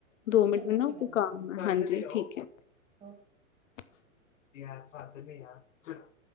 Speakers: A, on the left; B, on the right.
A: ਦੋ ਮਿੰਟ
B: ਚੰਗਾ
A: ਮੈਨੂੰ
B: ਚੰਗਾ
A: ਨਾ ਕੋਈ
B: ਮੈਮ
A: ਕੱਮ ਐ। ਹਾਂਜੀ, ਠੀਕ ਏ।
B: Okay
A: <unintelligible> hello